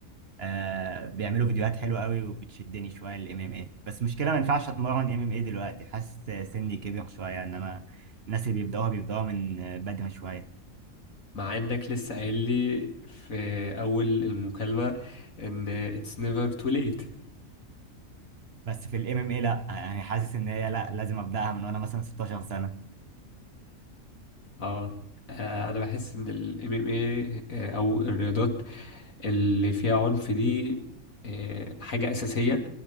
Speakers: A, on the right; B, on the left.
A: آه بيعملوا فيديوهات حلوه قوي وبتشدني شويه الام ام اي بس مشكله ما ينفعش اتمرن ام ام اي دلوقتي حاسس سني كبر شويه ان انا الناس اللي بيبداوها بيبداوها من بدري شويه
B: مع انك لسه قايل لي في اول المكالمة ان it's never too late
A: بس في الام ام اي لا يعني حاسس ان هي لا لازم ابداها من وانا مثلا 16 سنه
B: اه آه، انا بحس ان ال MMA آه، او الرياضات اللي فيها عنف دي آه، حاجة اساسية